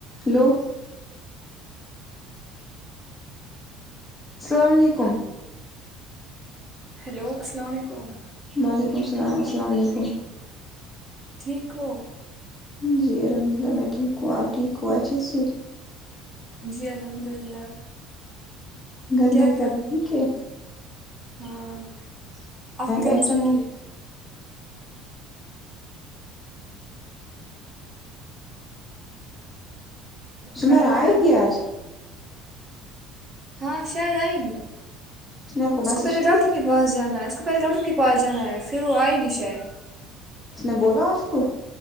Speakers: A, in the centre; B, on the right (about 15°).
A: hello السلام علیکم
B: hello السلام علیکم
A: وعلیکم السلام السلام علیکم
B: ٹھیک ہو
A: جی الحمد اللہ میں ٹھیک ہوں آپ ٹھیک ہو اچھے سے
B: جی الحمداللہ
A: گھر
B: کیا
A: میں سب
B: کررے
A: ٹھیک ہے
B: ہاں آپ کے گھر
A: بیٹھی
B: میں سب
A: ہوں
B: ٹھیک
A: سمیرا
B: کھانا کھایا
A: آئے گی آج
B: ہاں شاید آئے گی
A: اس نے کوئی میسج
B: کو پہلے
A: کی
B: ڈاکٹر کے پاس جانا ہے اس کو پہلے ڈاکٹر کے پاس جانا ہے پھر وہ آئے گی شاید
A: اس نے بولا اس کو